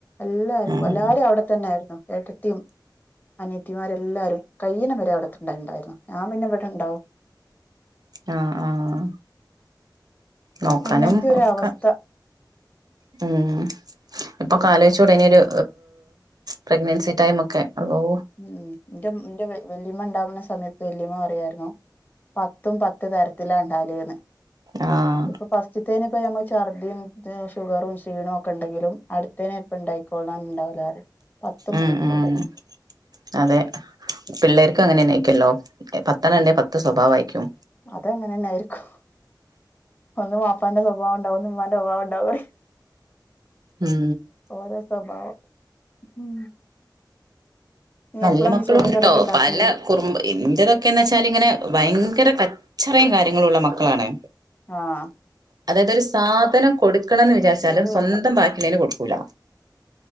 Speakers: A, on the left; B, on the right.
A: എല്ലാർക്കും
B: ഉം
A: എല്ലാരും അവിടെ തന്നാരുന്നു ഏട്ടത്തിയും അനത്തിമാരെല്ലാരും കൈ്യന വരെ അവിടെണ്ടായി ഉണ്ടായിരുന്നു ഞാൻ പിന്നെ ഇവിടെ ഉണ്ടാവും
B: ആഹ ആഹ് നോക്കാനും
A: അങ്ങനത്തെ ഒരു
B: ഒക്കെ
A: അവസ്ഥ
B: ഹ്മ് ഇപ്പൊ കാലോച്ച്കൂടന ഒരു പ്രഗ്നൻസി ടൈം ഒക്കെ അള്ളോ
A: ഉം ഉ എന്റെ ഇന്റെ വല്യമ്മ ഉണ്ടാവുന്ന സമയത്ത് വല്യമ്മ പറയായിരുന്നോ പത്തും പത്ത് തരത്തില ഉണ്ടാലന്ന്
B: ആഹ്
A: ഇപ്പൊ ഫസ്റ്റ്ത്തേനപ്പൊ നമ്മ ഛർദ്ദിയും ഷുഗറും സീണും ഒക്കെ ഉണ്ടെങ്കിലും അടുത്തേയ്ന് ചെലപ്പ ഉണ്ടായിക്കോള്ണം ഇണ്ടാവില പറ പ
B: ഉം ഉം അതെ പിള്ളേർക്കും അങ്ങനെ നയിക്കുല്ലോ പത്തെണ്ണന്റെ പത്ത് സ്വഭാവം ആയിക്കും
A: അതെങ്ങനെന്നൊയിരിക്കും ഒന്നും വാപ്പാന്റെ സ്വഭാവം ഉണ്ടാവും ഒന്നും ഉമ്മാന്റെ സ്വഭാവം ഉണ്ടാവും
B: ഉം
A: ഓര സ്വഭാവം ഉം ഇനി
B: നല്ല
A: എപ്പളാ
B: മക്കളും
A: ഇനി ചോറും
B: ഉണ്ട്ട്ടോ
A: കറിയൊക്കെ ഉണ്ടാക്കേ
B: പല കുറുമ്പ്എൻ്റെതൊക്കെന്ന് വെച്ചാൽ ഇങ്ങനെ ഭയങ്കര കച്ചറയും കാര്യങ്ങളും ഉള്ള മക്കളാണ്
A: ആഹ്
B: അതായത് ത് ഒരുസാധനം കൊടുക്കണം എന്ന് വിചാരിച്ചാലും
A: കുട്ട്യോന്
B: സ്വന്തം
A: വന്നു
B: ബാക്കിള്ളേന് കൊടുക്കൂല